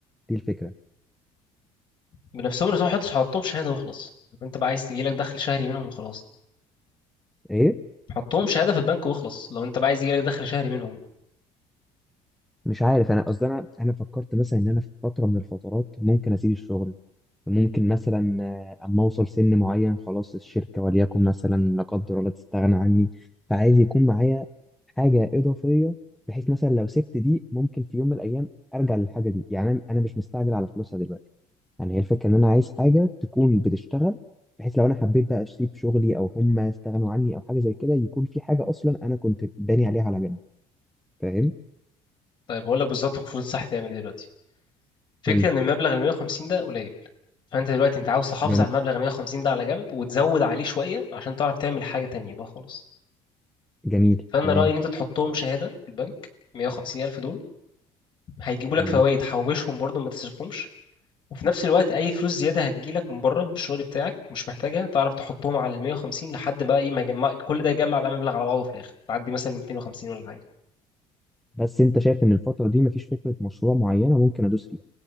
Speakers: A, in the centre; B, on the left.
A: دي الفكره
B: بنفسهم بس ما تحطش حطهم شهاده واخلص لو انت بقى عايز يجي لك دخل شهري منهم وخلاص
A: ايه؟
B: حطهم شهاده في البنك واخلص لو انت بقى عايز يجي لك دخل شهري منهم
A: مش عارف انا قصدي انا انا فكرت مثلا ان انا في فتره من الفترات ممكن اسيب الشغل ممكن مثلا آه، اما اوصل سن معين خلاص الشركه وليكن مثلا لا قدر الله تستغنى عني فعايز يكون معايا حاجه اضافيه بحيث مثلا لو سبت دي ممكن في يوم من الايام ارجع للحاجه دي يعني انا أنا مش مستعجل على فلوسها دلوقتي يعني هي الفكره ان انا عايز حاجه تكون بتشتغل بحيث لو انا حبيت بقى اسيب شغلي او هم استغنوا عني او حاجه زي كده يكون في حاجه اصلا انا كنت باني عليها على جنب فاهم
B: طيب هقول لك بالظبط المفروض صح تعمل ايه دلوقتي فكره
A: قول
B: ان المبلغ ال 150 ده قليل فانت دلوقتي انت عاوز تحافظ
A: لي
B: على المبلغ ال 150 ده على جنب وتزود عليه شويه عشان تعرف تعمل حاجه تانية بقى خالص
A: جميل
B: فانا
A: تمام
B: رايي ان انت تحطهم شهاده في البنك 150 الف دول هيجيبوا لك
A: تمام
B: فوائد حوشهم برضو ما تصرفهمش وفي نفس الوقت اي فلوس زياده هتجيلك من بره من الشغل بتاعك مش محتاجها تعرف تحطهم على ال 150 لحد ما ايه ما يجمع كل ده يجمع بقى مبلغ على بعضه في الاخر تعدي مثلا 250 ولا حاجه
A: بس انت شايف ان الفترة دي مفيش فكرة مشروع معينة ممكن ادوس فيها